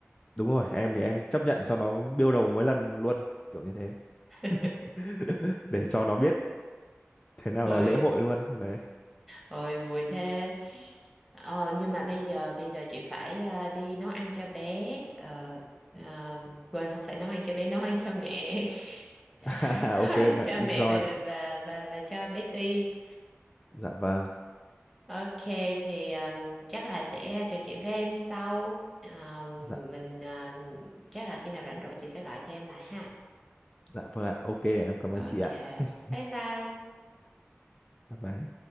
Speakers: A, on the left; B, in the centre.
A: đúng rồi em thì em chấp nhận cho nó biêu đầu mỗi lần luôn kiểu như thế
B: <laughs>
A: <laughs> để cho nó biết thế nào
B: ôi
A: là lễ hội luôn đấy
B: ôi vui thế ờ, nhưng mà bây giờ bây giờ chị phải ờ, đi nấu ăn cho bé ờ, ờ, quên không phải nấu ăn cho bé nấu ăn cho mẹ <laughs>
A: <laughs> À,
B: Nấu
A: ok
B: ăn
A: mẹ
B: cho
A: enjoy
B: mẹ và và và, và cho bé Ti
A: dạ vâng
B: Ok thì um, chắc là sẽ trò chuyện với em sau. Um,
A: dạ
B: mình uh, chắc là khi nào rảnh rỗi chị sẽ gọi cho em lại ha.
A: dạ vâng ạ ok em cảm ơn
B: Ừ. Ok.
A: chị ạ <laughs>
B: Bye bye.
A: Bye bye.